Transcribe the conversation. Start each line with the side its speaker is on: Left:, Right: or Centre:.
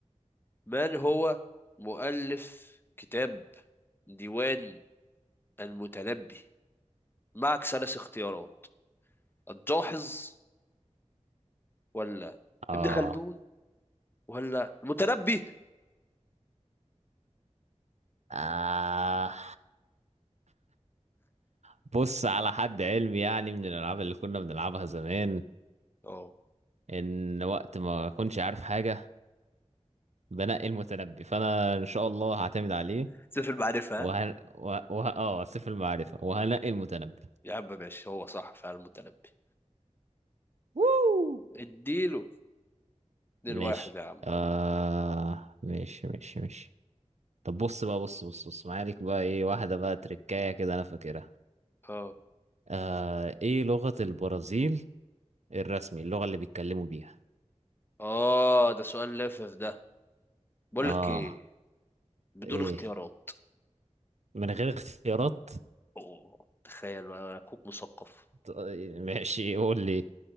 Left: من هو مؤلف كتاب ديوان المتنبي معك ثلاث اختيارات الجاحظ ولا
Right: اه
Left: ابن خلدون ولا المتنبي
Right: آه بص على حد علمي يعني من الالعاب اللي كنا بنلعبها زمان
Left: اه
Right: ان وقت ما اكونش عارف حاجه بنقي المتنبي فانا ان شاء الله هعتمد عليه
Left: سيف المعرفة
Right: وه...
Left: ها
Right: وه... وه... اه سيف المعرفه وهنقي المتنبي
Left: يا عم ماشي هو صح فعلا المتنبي
Right: ووو
Left: اديله اتنين
Right: ماشي
Left: واحد يا عم
Right: آه ماشي ماشي ماشي طب بص بقى بص بص بص معايا ليك بقى ايه واحدة بقى تركاية كده انا فاكرها
Left: اه
Right: آه ايه لغة البرازيل الرسمي اللغة اللي بيتكلموا بيها
Left: اه ده سؤال لافف ده بقول
Right: اه
Left: لك ايه بدون
Right: ايه
Left: اختيارات
Right: من غير اختيارات
Left: اوه تخيل بقى، اخوك مثقف
Right: طيب، ماشي قول لي